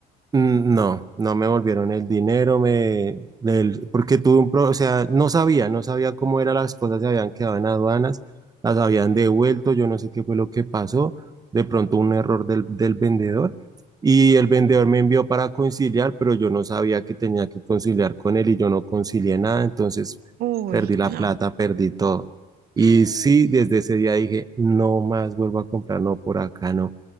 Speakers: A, on the right; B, on the right.
A: Mm, No, no me volvieron el dinero, me, del- porque tuve un pro, o sea, no sabía, no sabía cómo eran las cosas, se habían quedado en aduanas, las habían devuelto, yo no sé qué fue lo que pasó, de pronto un error del, del vendedor, y el vendedor me envió para conciliar, pero yo no sabía que tenía que conciliar con él y yo no concilié nada, entonces
B: Uy,
A: perdí la
B: no.
A: plata, perdí todo. Y
B: Mm,
A: sí, desde ese día dije, no más vuelvo a comprar, no por acá, no.